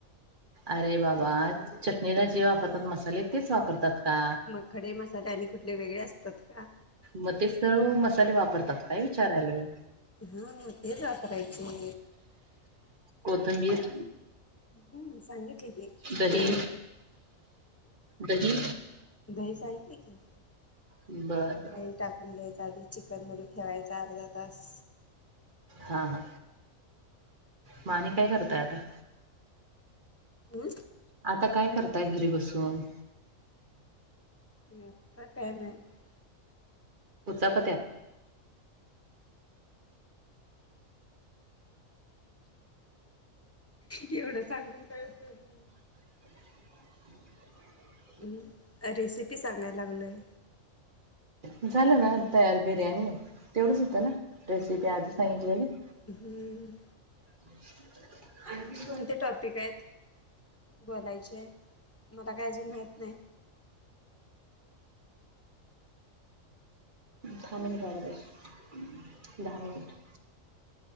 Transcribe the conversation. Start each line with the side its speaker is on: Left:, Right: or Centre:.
Right: अरे बाबा
Left: असतो
Right: चटणीला जे वापरतात मसा साले तेच वापरतात का?
Left: मग खडे मसाले आणि कुठले वेगळे असतात का
Right: मग तेच सर मसाले वापरतात काय विचारालोय.
Left: हा तेच वापरायचे.
Right: कोथंबीर
Left: हम्म सांगितली कधी.
Right: दही दही
Left: दही सांगितली की.
Right: बरं बरं.
Left: दही टाकून घ्यायचा आधी चिकन मध्ये ठेवायचा अर्धा तास.
Right: हा हा म आणि काय करताय आता?
Left: हं?
Right: आता काय करताय घरी बसून?
Left: आणि आता काय नाही
Right: <inaudible>
Left: एवढं सांगून काय उपयोग नाही.
Right: <inaudible>
Left: हम्म रेसिपी सांगाय लागलोय.
Right: झालं ना तयार बिर्याणी तेवढंच होतं ना रेसिपी आधी सांगितलेली.
Left: हम्म.
Right: <inaudible> आणखीन कोणते
Left: टॉपिक आहेत बोलायचे मला काय अजून माहित
Right: <unintelligible>
Left: नाही
Right: था मिनिटं व्हायला पाहिजे दहा मिनिटं.